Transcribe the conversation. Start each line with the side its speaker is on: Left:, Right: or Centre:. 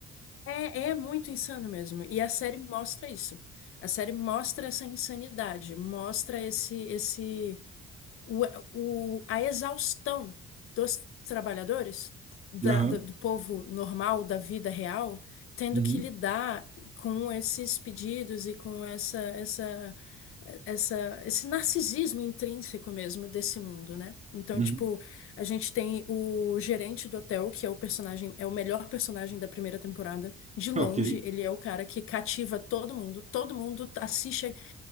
Left: É, é muito insano mesmo. E a série mostra isso. A série mostra essa insanidade, mostra esse, esse o, o- a exaustão dos trabalhadores, da-
Right: Aham,
Left: do, do povo normal, da vida real, tendo
Right: uhum,
Left: que lidar com esses pedidos e com essa, essa, essa, esse narcisismo intrínseco mesmo desse mundo, né? Então,
Right: uhum.
Left: tipo, a gente tem o gerente do hotel, que é o personagem, é o melhor personagem da primeira temporada. De longe,
Right: Ok.
Left: ele é o cara que cativa todo mundo, todo mundo assiste. a-